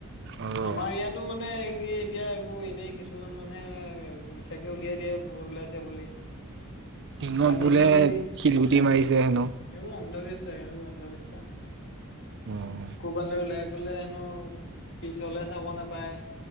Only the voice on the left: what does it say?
আমাৰ ইয়াত টোঁ মানে এই কি এতিয়া এইবোৰ এনেই কিছুমান মানুহে এ, মিছাকে উলিয়াই দিয়ে ভুত ওলাইছে বুলি। <unintelligible>
কান্দিছে
বুলি
এইবোৰ অন্ধবিশ্বাস এইবোৰ অন্ধবিশ্বাস।
ক'বালৈ ওলাই গ'লে হেনো পিছলে চাব নেপায়।